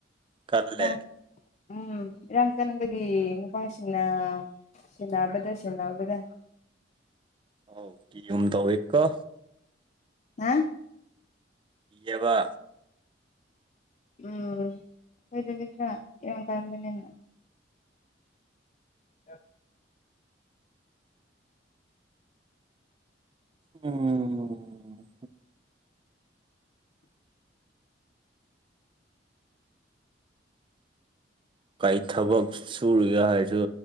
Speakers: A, on the right; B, on the left.
A: ꯀꯗꯂꯦ
B: ꯏꯔꯥꯡ ꯎꯝ ꯏꯔꯥꯡ ꯆꯟꯅꯕꯒꯤ ꯅꯨꯄꯥꯁꯤꯡꯅ ꯁꯦꯟꯅꯕꯗ ꯁꯦꯟꯅꯕꯗ <inaudible>
A: ꯍꯥꯎ ꯀ ꯌꯟ ꯇꯧꯏ ꯀ
B: ꯍꯥ
A: ꯏꯕ
B: ꯎꯝ ꯑꯣꯏꯣꯏꯗꯁ ꯌꯦꯃꯟ ꯀꯥꯟꯗꯅꯤꯅ ꯑ
A: ꯎꯝ ꯀꯔꯤ ꯊꯕꯛ ꯁꯨꯔꯤꯒꯦ ꯍꯥꯏꯔꯁꯨ